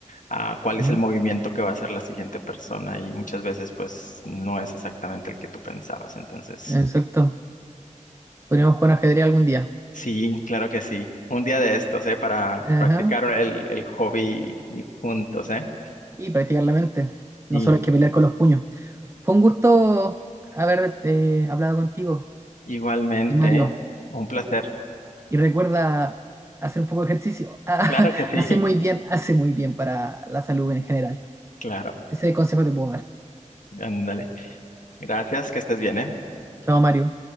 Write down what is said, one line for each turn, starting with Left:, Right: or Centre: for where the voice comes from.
Left: ah, cuál
Right: Ujú.
Left: es el movimiento que va a hacer la siguiente persona y muchas veces pues no es exactamente el que tú pensabas, entonces
Right: Exacto. Podríamos jugar ajedrez algún día.
Left: sí, claro que sí, un día de estos, ¿eh? Para
Right: Ajá.
Left: practicar el, el hobby y- juntos, ¿eh?
Right: y practicar la mente. No
Left: Sí,
Right: solo hay que pelear con los puños. Fue un gusto haber eh, hablado contigo,
Left: igualmente,
Right: eh, Mario.
Left: ¿eh? Un placer,
Right: Y recuerda hacer un poco de ejercicio. <laughs>
Left: claro que sí,
Right: hace
Left: <laughs>
Right: muy bien, hace muy bien para la salud en general.
Left: claro,
Right: Ese consejo te puedo dar.
Left: ándale, gracias, que estés bien, ¿eh?
Right: Chao, Mario.